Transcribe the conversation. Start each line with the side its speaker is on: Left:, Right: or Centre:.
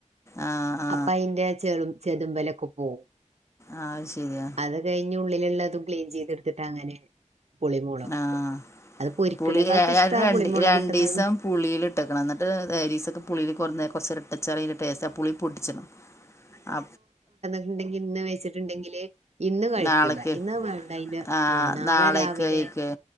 Left: ആഹ ആഹ
Right: അപ്പൊ അതിന്റെ ചെള ചെതുമ്പല് ഒക്കെ പോകവും
Left: ആഹ അത് ശരിയാ
Right: അത് കഴിഞ് ഉള്ളിലുള്ളള്ളതും ക്ലീൻ ചെയ്തെടുത്തിട്ട് അങ്ങനെ പുളിമുളക് കൂട്ടും
Left: ആഹ
Right: അത് പൊരിക്കണേക്കാട്ടും
Left: പുളി രണ്ട്
Right: ഇഷ്ടം ആ പുളിമുളക്
Left: രണ്ടിസം
Right: കൂട്ടതാണ്
Left: പുള്ളിയിൾ ഇട്ടക്കണം എന്നിട്ട് ഡയരീസൊക്കെ പുലില് കുറ കുറച്ച് നേരം അച്ചാറ് ടേസ്റ്റാ പുളി പൊട്ടിച്ചണം ആ
Right: ണ്ടെങ്കി ഇന്ന് വെച്ചിട്ടുണ്ടെങ്കിലലെ ഇന്ന് കഴിക്കൂല
Left: നാളേക്ക്
Right: ഇന്ന് വേണ്ട
Left: ആ
Right: ആഹ്‌ നാളെ
Left: നാളേക്ക്
Right: രാവിലെ
Left: കഴിക്ക്